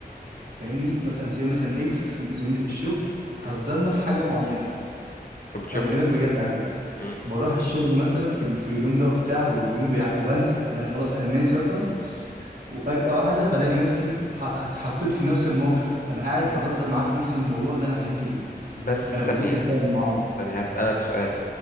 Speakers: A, on the right; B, on the left.
A: فاهمني مثلا سي مثلا اكس زميلي في الشغل هزرنا
B: مم.
A: في حاجه معينه
B: فبتشوفها
A: انا بكلمك بجد على فكره
B: مم.
A: بروح الشغل مثلا في, في اليوم ده وبتاع واليوم بيع... وبنسى يعني انا خلاص انا ناسي اصلا وفجأة واحدة بلاقي نفسي حط- اتحطيت في نفس الموقف انا قاعد بهزر معاه في نفس الموضوع اللي انا حلمت بيه
B: بس
A: انا بديك
B: ثانية
A: مثال معين
B: ثانية هسألك سؤال